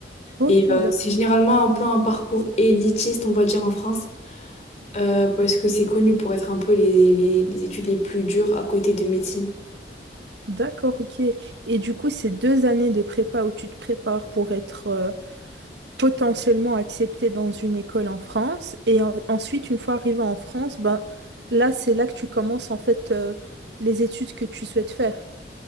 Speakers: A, on the right (about 75°); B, on the left (about 40°).
A: Ok,
B: Et euh,
A: d'accord.
B: c'est généralement un peu un parcours élitiste, on va dire, en France. Euh, parce que c'est connu pour être un peu les, les- les études les plus dures à côté de médecine.
A: D'accord, ok. Et du coup, ces deux années de prépa où tu te prépares pour être euh, potentiellement accepté dans une école en France. Et en- ensuite, une fois arrivé en France, ben, là, c'est là que tu commences en fait euh, les études que tu souhaites faire.